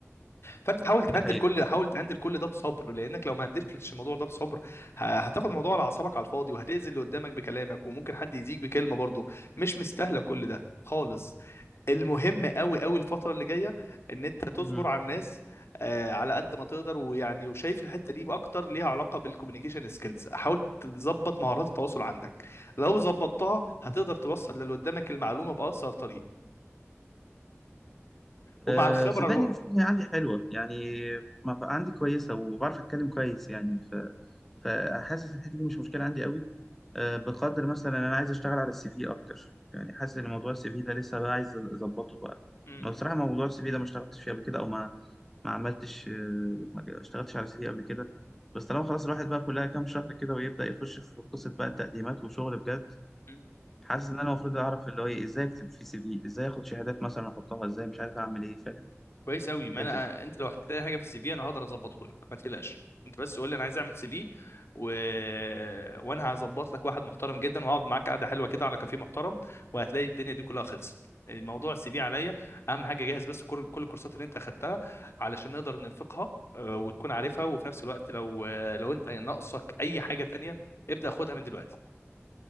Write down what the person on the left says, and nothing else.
فانت حاول تهندل
كل حاول تهندل كل ده بصبر لانك لو ما هندلتش الموضوع ده بصبر ه- هتاخد الموضوع على اعصابك على الفاضي وهتاذي اللي قدامك بكلامك وممكن حد يزيك بكلمه برضه مش مستاهله كل ده خالص المهم قوي قوي الفترة اللي جاية ان انت تصبر
على الناس آه، على قد ما تقدر ويعني وشايف الحتة دي اكتر ليها علاقة بالكوميونيكيشن سكيلز حاول تظبط مهارات التواصل عندك لو ظبطتها هتقدر توصل للي قدامك المعلومة بأسرع طريق ومع
الخبرة
الو...
مم.
مم.
كويس قوي
ما انا
انت لو احتجت اي حاجه في السي في انا هقدر اظبطه لك ما تقلقش انت بس قول لي انا عايز اعمل سي في و... وانا هظبط لك واحد محترم جدا وهقعد معاك قعده حلوه كده على كافيه محترم وهتلاقي الدنيا دي كلها خلصت الموضوع السي في عليا اهم حاجه جهز بس كل كل الكورسات اللي انت اخدتها علشان نقدر نرفقها آه، وتكون عارفها وفي نفس الوقت لو آه، لو انت ناقصك اي حاجه تانية ابدا خدها من دلوقتي